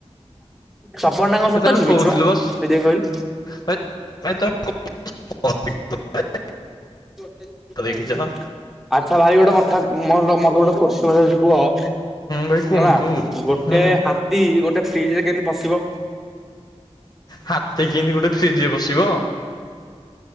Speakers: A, in the centre; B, on the left.
A: ସପନଟା କଣ
B: ଏ
A: ସତ
B: ତମେ
A: କି
B: କହୁଥିଲ
A: ମିଛୁ ପା
B: ବା
A: ସେଥିପାଇଁ କହିଲୁ।
B: ଭାଇ <unintelligible>
A: ଆଚ୍ଛା
B: ଦେଖିଛ ହୁଁ
A: ଭାଇ ଗୋଟେ କଥା ମ ତ ମତେ ଗୋଟେ ପ୍ରଶ୍ନ ପଚାରୁଛି କୁହ ହେଲା।
B: ଭାଇ କୁହନ୍ତୁ।
A: ଗୋଟେ
B: ହୁଁ
A: ହାତୀ ଗୋଟେ ଫ୍ରିଜରେ କେମିତି ପସିବ?
B: ହାତୀ କେମିତି ଗୋଟେ ଫ୍ରିଜରେ ପସିବ?